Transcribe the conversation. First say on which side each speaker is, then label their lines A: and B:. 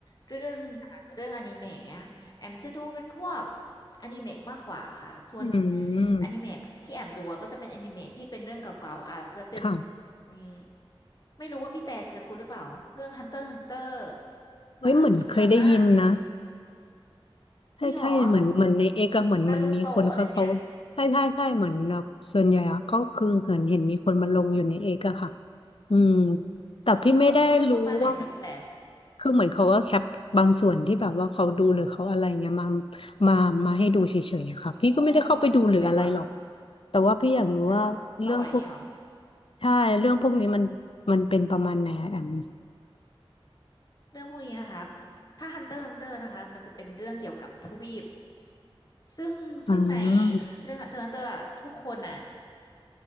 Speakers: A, on the left; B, on the left.
A: เรื่องหนังเรื่องอนิเมะเนี้ยแอมจะดูเป็นพวกอนิเมะมากกว่าค่ะส่วน
B: อืม
A: อนิเมะที่แอมดูอะก็จะเป็นอนิเมะที่เป็นเรื่องเก่าๆอาจจะเป็น
B: ค่ะ
A: อืมไม่รู้ว่าพี่แต่จะคุ้นหรือเปล่าเรื่อง Hunter x Hunter
B: เอ้ยเหมือนเคยได้ยินนะ
A: อ่ากินทามะ
B: ใช่ใช่เหมือนเหมือนในเอกอะเหมือนเหมันมีคนเขาเขา
A: จริงเหรอนารูโตะอะไรเงี้ย
B: ใช่ใช่ใช่เหมือนแบบส่วนใหญ่อะก็คือเห็นเห็นมีคนมาลงอยู่ในเอกอะค่ะ
A: อืม
B: อืมแต่พี่ไม่ได้รู้ว่า
A: อ๋อเขาเขาลงประมาณไหนคะพี่แต่
B: คือเหมือนเขาก็แคปบางส่วนที่แบบว่าเขาดูหรือเขาอะไรเงี้ยมามามาให้ดูเฉยๆอะค่ะพี่ก็ไม่ได้เข้าไปดูหรืออะไรหรอก
A: โอ้แบบว่า
B: แต่ว่าพี่อยากรู้ว่าเรื่องพวก
A: แบบว่าเขาสปอยอย่างเงี้ยเหรอ
B: ใช่เรื่องพวกนี้มันมันเป็นประมาณไหนอะแอม
A: เรื่องพวกนี้นะครับถ้าฮันเตอร์ฮันเตอร์นะคะมันจะเป็นเรื่องเกี่ยวกับทวีปซึ่งซึ่งใน
B: อืม
A: เรื่องฮันเตอร์ฮันเตอร์ทุกคนน่ะ